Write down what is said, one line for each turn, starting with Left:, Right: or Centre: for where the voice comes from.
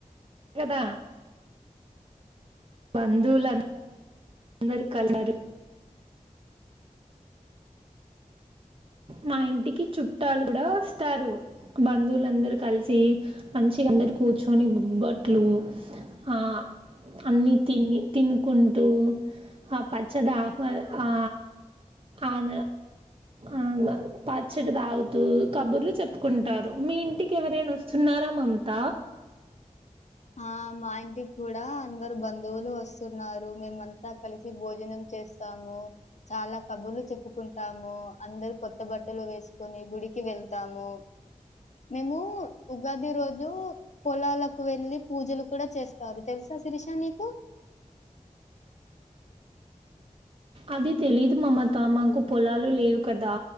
Right: కదా బందులన్ అందరు కల్ స్తారు మా ఇంటికి చుట్టాలు కూడా వస్తారు బంధువులందరు కలిసి మంచిగా అందరు కూర్చొని బుబ్బట్లు ఆ అన్ని తిని తినుకుంటూ ఆ పచ్చడి ఆహ్వా ఆ ఆన అ పచ్చడి తాగుతూ కబుర్లు చెప్పుకుంటారు మీ ఇంటికి ఎవరైనా వస్తున్నారా మమత
Left: ఆ మా ఇంటికి కూడా అందరు బంధువులు వస్తున్నారు మేమంతా కలిసి భోజనం చేస్తాము చాలా కబుర్లు చెప్పుకుంటాము అందరు కొత్త బట్టలు వేసుకొని గుడికి వెళ్తాము మేము ఉగాది రోజు పొలాలకు వెళ్ళి పూజలు కూడా చేస్తారు తెలుస శిరీష నీకు
Right: అది తెలీదు మమత మాకు పొలాలు లేవు కదా